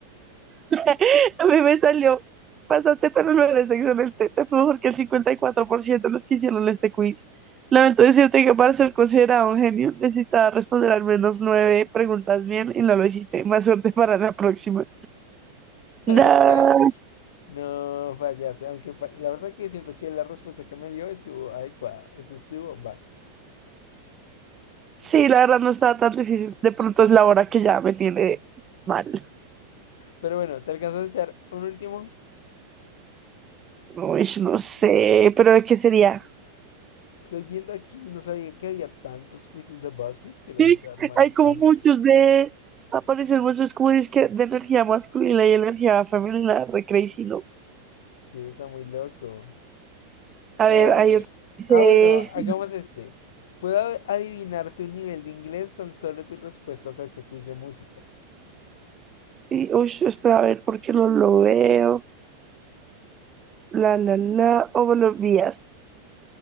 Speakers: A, on the right (about 20°); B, on the left (about 55°).
A: <laughs> A mí me salió, pasaste pero no eres excelente, te fue mejor que el 54% de los que hicieron este quiz. Lamento decirte que para ser considerado un genio necesitaba responder al menos nueve preguntas bien y no lo hiciste. Más suerte para la próxima. Da-
B: Ok. No fallaste, aunque pa- la verdad que siento que la respuesta que me dio estuvo adecuada. Esto estuvo básico.
A: Sí, la verdad no estaba tan difícil. De pronto es la hora que ya me tiene mal.
B: Pero bueno, ¿te alcanzas a echar un último?
A: Uy, no sé, pero ¿de qué sería?
B: Estoy viendo aquí, no sabía que había tantos quizzes de BuzzFeed que la
A: Sí,
B: gente arma
A: hay como
B: tanto.
A: muchos de... Aparecen muchos quiz que de energía masculina y energía femenina, re crazy, ¿no?
B: Sí, está muy loco.
A: A
B: A
A: ver,
B: ver.
A: hay otro. que Dice,
B: Ah, bueno, hagamos este. Puedo ad- adivinar tu nivel de inglés con solo tus respuestas a este quiz de música.
A: y- uy, espera, a ver, ¿por qué no lo veo? La, la, la, o buenos días.